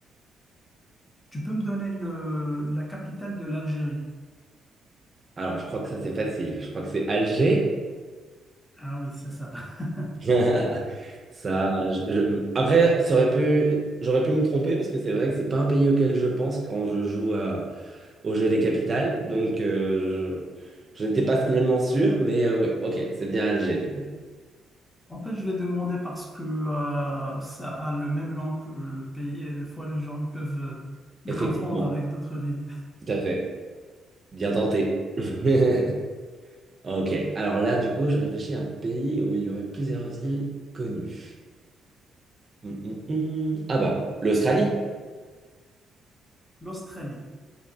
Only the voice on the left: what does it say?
Tu peux me donner le, la capitale de l'Algérie?
Ah oui, c'est ça. <laughs>
En fait, je l'ai demandé parce que euh, ça a le même nom que le pays et des fois les gens ils peuvent euh, le
confondre avec d'autres villes.
L'Australie.